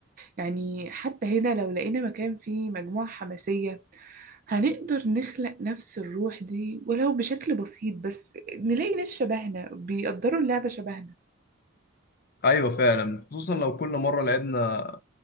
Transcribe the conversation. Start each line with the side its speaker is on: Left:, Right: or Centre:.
Right: يعني حتى هنا لو لقينا مكان فيه مجموعة حماسية هنقدر نخلق نفس الروح دي ولو بشكل بسيط بس نلاقي ناس شبهنا بيقدروا اللعبة شبهنا
Left: ايوه فعلا خصوصا لو كل مره لعبنا